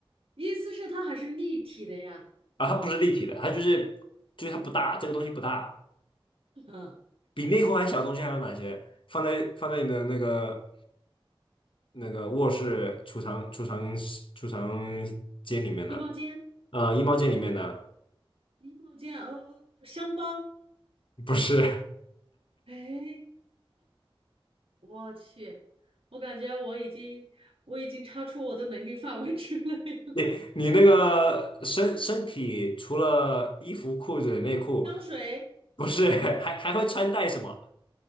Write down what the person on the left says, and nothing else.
啊，它不是立体的，它就是就是它不大，这个东西不大，
比内裤还小的东西还有哪些？放在放在你的那个那个卧室储藏储藏室储藏间里面的，
呃，衣帽间里面的，
不是，
<laughs> 你你那个身身体除了衣服、裤子、内裤，
不是，还还会穿戴什么？